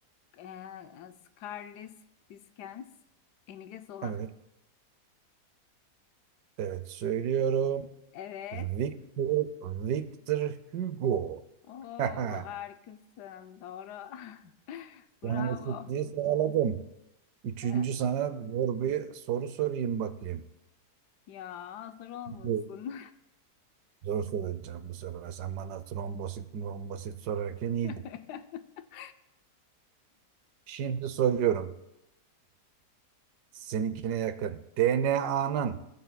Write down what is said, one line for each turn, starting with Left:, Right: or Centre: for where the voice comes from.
Left: e, Charles Dickens, Emile Zola.
Right: evet, evet söylüyorum.
Left: Evet.
Right: Victor, Victor Hugo.
Left: Oo,
Right: <laughs>
Left: harikasın. Doğru. <laughs> Bravo.
Right: Yani eşitliği sağladım. Üçüncü
Left: Ee,
Right: sana zor bir soru sorayım bakayım.
Left: ya hazır olmasın.
Right: Evet. Zor soracağım bu sefer. Sen bana trombosit, trombosit sorarken iyiydin.
Left: <laughs>
Right: Şimdi soruyorum. Seninkine yakın. DNA'nın